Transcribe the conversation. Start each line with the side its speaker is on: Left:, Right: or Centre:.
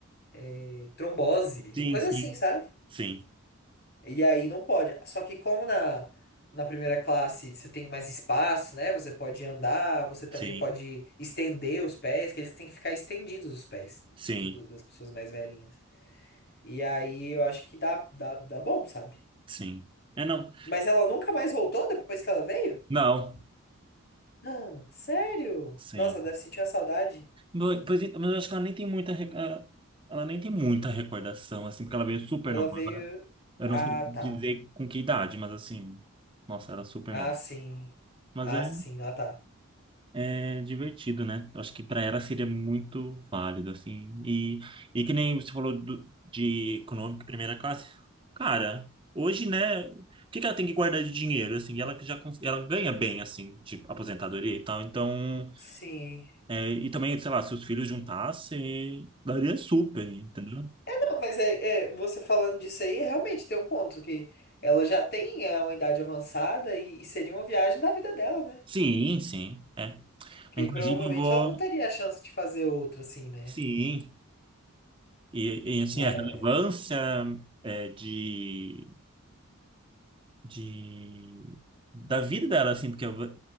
Left: É, Trombose, uma
Right: Sim,
Left: coisa
Right: sim.
Left: assim, sabe?
Right: Sim,
Left: E aí não pode. Só que como na, na primeira classe você tem mais espaço, né? Você pode andar, você também
Right: sim,
Left: pode estender os pés, que eles têm que ficar estendidos os pés
Right: sim,
Left: do- das pessoas mais velhinhas. E aí eu acho que dá, dá, dá bom, sabe?
Right: sim. É, não.
Left: Mas ela nunca mais voltou depois que ela veio? <gasps>
Right: Não,
Left: Ah, sério?
Right: sim.
Left: Nossa, deve sentir uma saudade.
Right: Bo- Pois, então, mas eu acho que ela nem tem muita... re- ah, Ela nem tem muita recordação, assim, porque ela veio super
Left: Ela
Right: nova.
Left: veio.
Right: Eu
Left: Ah,
Right: não sei dizer
Left: tá.
Right: com que idade, mas assim... Nossa, era super
Left: Ah,
Right: nova.
Left: sim.
Right: Mas
Left: Ah,
Right: é.
Left: sim, ah, tá.
Right: é divertido, né? Eu acho que para ela seria muito válido, assim. E, e que nem você falou do- de econômico e primeira classe. Cara, hoje, né? O que que ela tem que guardar de dinheiro, assim? Ela que já cons- ela ganha bem, assim, de aposentadoria e tal. Então,
Left: Sim.
Right: é, e também, sei lá, se os filhos juntassem, daria super, entendeu?
Left: É, não, mas é, é, você falando disso aí, realmente tem um ponto que ela já tem é, uma idade avançada e, e seria uma viagem da vida dela, né?
Right: Sim, sim, é.
Left: Que
Right: Inclusive,
Left: provavelmente
Right: eu vou...
Left: ela não teria a chance de fazer outra, assim, né?
Right: Sim. E, e, assim,
Left: Mas,
Right: a relevância é, de de da vida dela, assim, porque ela-